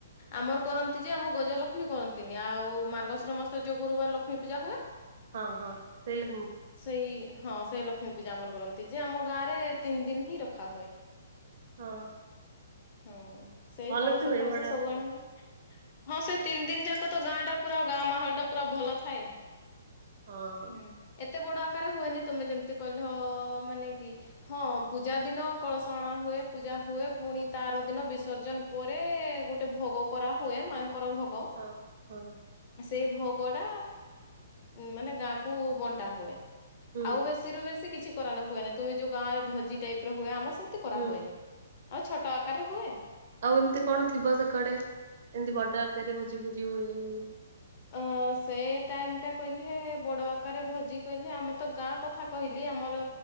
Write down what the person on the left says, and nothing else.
ଆମର୍ କରନ୍ତି ଯେ ଆମ ଗଜଲକ୍ଷ୍ମୀ କରନ୍ତିନି, ଆଉ ମାର୍ଗଶିର ମାସରେ ଯୋଉ ଗୁରୁବାର ଲକ୍ଷ୍ମୀ ପୂଜା ହୁଏ
ସେଇ ହଁ ସେ ଲକ୍ଷ୍ମୀ ପୂଜା ଆମର କରନ୍ତି ଯେ ଆମ ଗାଁ ରେ ତିନି ଦିନ୍ ହିଁ ରଖା ହୁଏ।
ହଁ ସେଇ
କଳସ
ଫଳସ
ସବୁ
ଅଣା ହୁଏ। ହଁ ସେ ତିନ୍ ଦିନ୍ ଯାକ ତ ଗାଁ ଟା ପୁରା ଗାଁ ମାହଲ୍ ଟା ପୁରା ଭଲ ଥାଏ।
ହୁଁ, ଏତେ ବଡ ଆକାରରେ ହୁଏନି ତୁମେ ଯେମ୍ତି କହିଲ ମାନେ କି ହଁ ପୂଜା ଦିନ କଳସ ଅଣା ହୁଏ, ପୂଜା ହୁଏ ପୁଣି ତା ଆର ଦିନ ବିସର୍ଜନ୍ ପରେ ଗୋଟେ ଭୋଗ କରା ହୁଏ, ମା ଙ୍କର ଭୋ ଗ।
ସେଇ ଭୋଗଟା ମାନେ ଗାଁକୁ ବଣ୍ଟା ହୁଏ,
ଆଉ ବେସି ରୁ ବେଶୀ କିଛି କରା ନ ହୁଏନି ତୁମେ ଯୋଉ ଗାଁରେ ଭଜି ଟାଇପ୍ ର ହୁଏ, ଆମ ସେମ୍ତି କରା
ହୁଏନି। ଆଉ ଛୋଟ ଆକାରରେ ହୁଏ?
ଅଁ ସେ ଟାଇମ୍ ଟା କହିଲେ ବଡ ଆକାରରେ ଭୋଜି କହିଲେ ଆମ ତ ଗାଁ କଥା କହିଲି ଆମର